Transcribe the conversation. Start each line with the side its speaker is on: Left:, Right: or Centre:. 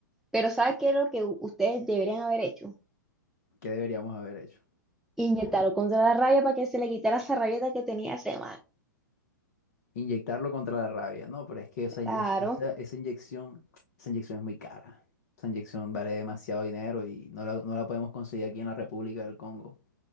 Centre: pero sabes qué es lo que u- ustedes deberían haber hecho?
Left: ¿Qué deberíamos haber hecho?
Centre: Inyectarlo contra la rabia para que se le quitara esa rabieta que tenía ese man.
Left: Inyectarlo contra la rabia, ¿no? Pero es que esa, inye-
Centre: Claro,
Left: es- esa, esa inyección, esa inyección es muy cara. Esa inyección vale demasiado dinero y no la, no la podemos conseguir aquí en la República del Congo.